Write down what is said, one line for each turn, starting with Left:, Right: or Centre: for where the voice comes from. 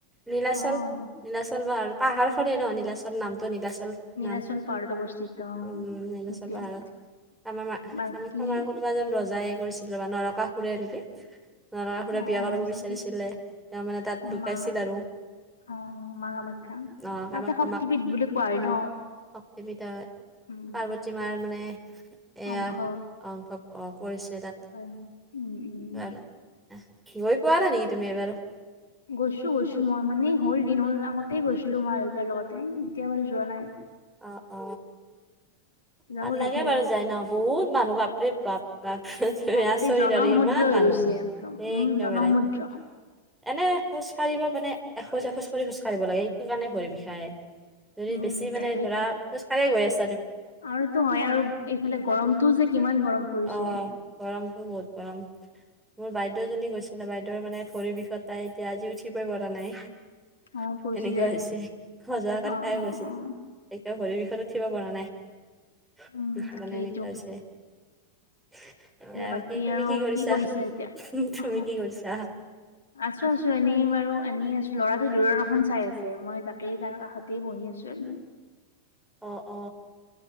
Centre: নীলাচল
Left: অ'।
Centre: নীলাচল পাহাৰত পাহাৰ খনেই ন নীলাচল নামটো নীলাচল
Left: নীলাচল
Centre: নাম
Left: পাহাৰত অৱস্থিত অ
Centre: উম, নীলাচল
Left: সেইটোৱে।
Centre: পাহাৰত আমাৰ আমাৰ
Left: বাকী
Centre: কোনোবা এজন ৰজাই কৰিছিল ৰবা নৰকাসুৰে নেকি নৰকাসুৰে
Left: অ',
Centre: বিয়া
Left: হয়
Centre: কৰাব
Left: চাগে
Centre: বিচাৰিছিলে তেওঁ মানে তাত লুকাইছিল
Left: মা
Centre: আৰু
Left: অ মা কামাখ্যা,
Centre: অঁ কামাখ্যা
Left: তাতে শক্তিবিধ
Centre: মাক
Left: বুলি কোৱা হয় ন?
Centre: শক্তি পীঠত
Left: উম,
Centre: পাৰ্বতী মাৰ মানে এয়া
Left: অংশ
Centre: অংশ পৰিছে। যে তাত
Left: হয় হয় উম উম
Centre: গৈ পোৱা নাই নি তুমি এবাৰো
Left: গৈছো গৈছো মই মানে হ'ল দিন হ'ল আগতেই গৈছিলো মা দেউতাৰ লগতে এতিয়া বাৰু যোৱা নাই।
Centre: অ অ
Left: যাব
Centre: ভাল লাগে
Left: লাগিব
Centre: বাৰু যাই ন বহুত মানুহ বাপৰে বাপ বাপ তুমি
Left: বাপৰে
Centre: আচৰিত
Left: জনসমুদ্ৰ
Centre: আৰু আৰু ইমান
Left: হৈ
Centre: মানুহ
Left: গৈছে একদম
Centre: সে
Left: উম
Centre: একেবাৰে
Left: জনসমুদ্ৰ
Centre: এনে গৈছো খোজকাঢ়িব মানে এখোজ এখোজ কৰি় খোজ কাঢ়িব লাগে, এইটো কাৰণে ভৰি বিষায়, যদি
Left: উম
Centre: বেছি মানে
Left: তাকেইতো
Centre: ধৰা খোজকাঢ়ি গৈ আছে
Left: আৰুতো হয় আৰু এইফালে গৰমতটোও যে কিমান গৰম পৰিছে
Centre: অ গৰমতো বহুত গৰম মোৰ বাইদেউজনী গৈছিলে, বাইদেউৰ মানে ভৰিৰ বিষত তাই এতিয়া আজি উঠিবই পৰা নাই সেনেকোৱা
Left: অ কৈছিলে
Centre: হৈছে সজোৱা কালি
Left: অ
Centre: তাই
Left: অ
Centre: গৈছিল।
Left: অ
Centre: এতিয়া ভৰিৰ বিষৰত উঠিব পৰা নাই কিছু
Left: উম তাকেইতো
Centre: মানে এনেকোৱা হৈছে। <unintelligible>
Left: এতিয়া বাকী
Centre: তুমি
Left: আৰু
Centre: কি কৰিছা?
Left: এতিয়া
Centre: তুমি
Left: অ
Centre: কি কৰিছা?
Left: আছো আছো এনেই বাৰু আনি আছো ল'ৰাটো দূৰদৰ্শন চাই আছে মই তাকেই তাৰ কাষতেই বহি আছো এনেই।
Centre: অ অ।